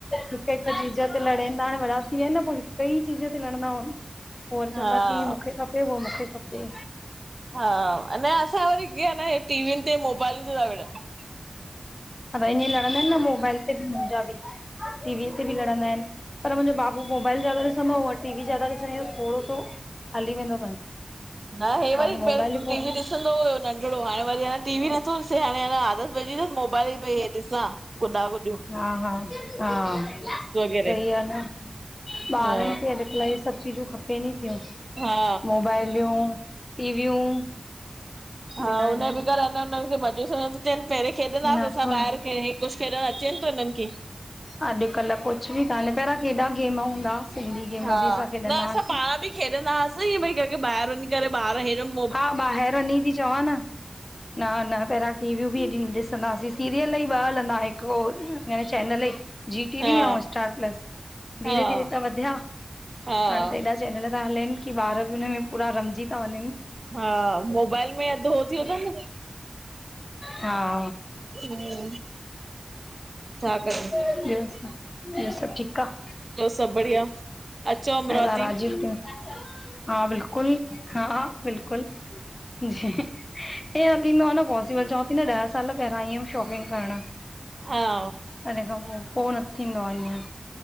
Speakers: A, on the left; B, on the right.
A: हिक- हिक चीज ते लड़ेनि था, हाणे वड़ा थी विया न पोइ हिकई चीज़ ते लड़ंदा आहिनि। पोइ वरी
B: हा
A: चवंदा की मूंखे खपे, उहो मूंखे खपे।
B: हा अ न असां वरी ग न टीवीनि ते मोबाइलनि ते था विड़न्।
A: अ ईअं लड़ंदा आहिनि न मोबाइल ते बि, मुंहिंजा बि टीवीअ ते बि लड़ंदा आहिनि। पर मुंहिंजो बाबू मोबाइल जादा ॾिसंदो और टीवी जादा ॾिसंदी थोड़ो सो। हली वेंदो अथनि।
B: न हे
A: बाक़ी
B: वरी पहिरीं
A: मोबाइल पोइ
B: टीवी ॾिसंदो हुयो नंढिड़ो, हाणे वरी टी वी नथो ॾिसे, हाणे अ आदत मिली वियसि मोबाइल पई ॾिसां, गुॾा- गुॾियूं।
A: हा हा हा सही
B: वग़ैरह
A: आहे न, ॿारनि
B: हा
A: खे अ इ सभु चीजूं खपेनि ई थियूं,
B: हा
A: मोबाइलूं ऐं टीवियूं।
B: हा
A: बिना
B: हुन
A: हिन
B: बिगर अञां, हुननिखे मज़ो थोड़ई न थियनि परे। <unintelligible> खेॾंदासीं
A: नथो
B: असां ॿाहिरि, खे कुझु खेॾणु अचेनि थो हिननि खे? <unintelligible>
A: अॼुकल्ह कुझु बि कान्, पहिरां केॾा गेम हूंदा हुआ। सिंधी गेम
B: हा
A: बि असां खेॾंदा
B: न असां
A: हुआसीं।
B: पाण बि खेॾंदा हुआसीं, ईअ भई कहिंखे ॿाहिरि वञी करे ॿार हिरन्।
A: हा ॿाहिरि वञी थी चवां न, हा मां पहिरां टीवियूं बि एॾी न ॾिसंदासीं, सीरियल ई ॿ हलंदा, हिकु ओ चैनल ई जी टी
B: हा
A: वी ऐं स्टार प्लस
B: हा
A: धीरे धीरे त वधिया
B: हा
A: हाणे त हेॾा चैनल था हलनि, की ॿार बि हुनमें पूरा रमजी था वञनि।
B: हा मोबाइल में अध हो थियो थनि।
A: हा।
B: हुं, छा कजे?
A: <unintelligible> ॿियो सभु ठीक आह।
B: ॿियो सभु बढ़िया? अचो अमरावती
A: ऐं न राजीव <unintelligible> हा बिल्कुल, हा बिल्कुल, जी ईंऐं थींदो आ न। पॉसिबल चवां थी न, ॾह साल पहिरां आई हुयमि शॉपिंग करण।
B: हा।
A: अ इने खां पो, पो न थींदो आ ईअं।